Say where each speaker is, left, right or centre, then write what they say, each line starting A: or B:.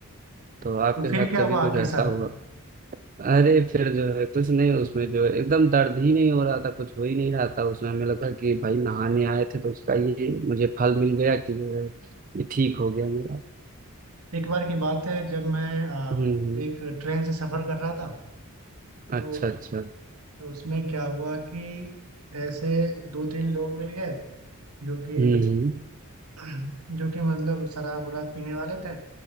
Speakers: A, on the right; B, on the right.
A: तो आपके
B: तो फिर
A: साथ
B: क्या
A: कभी
B: हुआ
A: कुछ
B: आपके साथ
A: ऐसा हुआ अरे फिर जो है कुछ नहीं उसमें जो है एकदम दर्द ही नहीं हो रहा था कुछ हो ही नहीं रहा था उसमें हमें लगा कि भाई नहाने आए थे तो उसका ये मुझे फल मिल गया कि जो है ये ठीक हो गया मेरा
B: एक बार की बात है जब मैं अ,
A: हम्म हम्म,
B: एक ट्रेन से सफर कर रहा था तो,
A: अच्छा अच्छा
B: तो उसमें क्या हुआ कि ऐसे दो तीन लोग मिल गए जो कि
A: हम्म हम्म,
B: <clears throat> जो कि मतलब शराब वराब पीने वाले थे